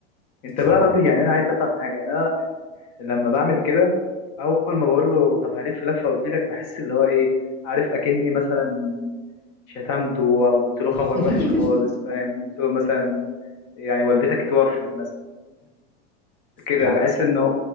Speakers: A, on the left; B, in the centre.
A: انت
B: سمع
A: بقى راضي يعني انا عايز افهم حاجة يعني انا لما بعمل كده اول ما بقول له طب هلف لفة واجيلك بحس اللي هو ايه عارف اكني مثلا شتمته او قلت له
B: <laughs>
A: خبر وحش خالص فاهم قلت له مثلا يعني والدتك اتوفت مثلا كده
B: يا
A: بحس ان هو